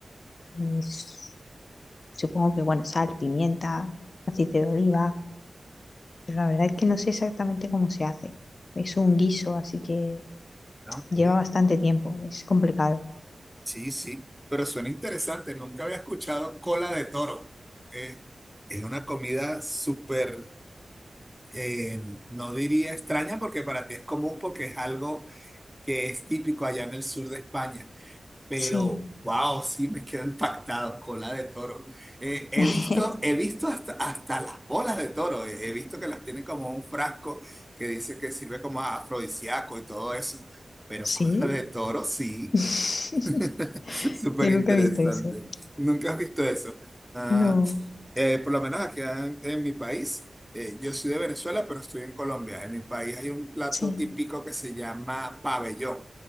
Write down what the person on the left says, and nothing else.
y s- supongo que, bueno, sal, pimienta, aceite de oliva. Pero la verdad es que no sé exactamente cómo se hace. Es un guiso, así que
lleva bastante tiempo. Es complicado.
Sí.
<laughs>
Sí.
<laughs>
Yo
nunca he visto eso.
No.
Sí.